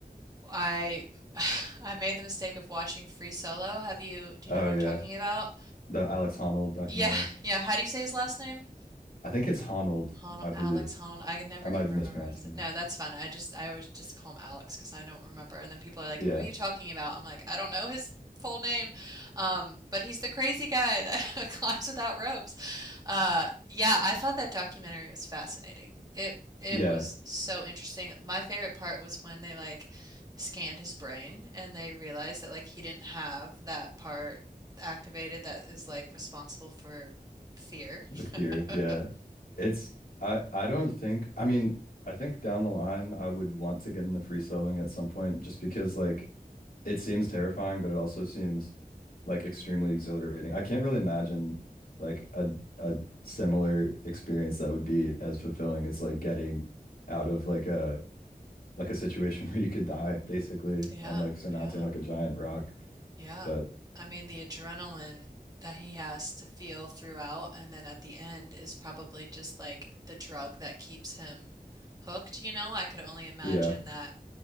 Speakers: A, on the right (about 25°); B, on the left (about 70°).
A: I <sighs> I made the mistake of watching Free Solo. Have you do you
B: Oh
A: know what
B: yeah.
A: I'm talking about?
B: The Alex Honnold documentary.
A: Yeah, yeah. How do you say his last name?
B: I think it's Honold,
A: Honnold,
B: I believe.
A: Alex Honnold. I never
B: I might
A: can
B: be
A: remember
B: mispronouncing
A: how to say. No, that's fine. I just I always just call him Alex because I don't remember. And then people are like,
B: it. Yeah.
A: "Who are you talking about?" I'm like, "I don't know his full name," um, but he's the crazy guy that <laughs> climbs without ropes. Uh, yeah, I thought that documentary was fascinating. It it
B: Yeah.
A: was so interesting. My favorite part was when they like scanned his brain and they realized that like he didn't have that part activated that is like responsible for fear.
B: Like fear.
A: <laughs>
B: Yeah. It's I I don't think I mean, I think down the line I would want to get into free soloing at some point just because like it seems terrifying, but it also seems like extremely exhilarating. I can't really imagine like a a similar experience that would be as fulfilling as like getting out of like a like a situation <laughs> where you could die basically
A: Yeah,
B: and like surmounting
A: yeah,
B: like a giant rock.
A: yeah.
B: But
A: I mean, the adrenaline that he has to feel throughout and then at the end is probably just like the drug that keeps him hooked, you know? I could only imagine
B: yeah.
A: that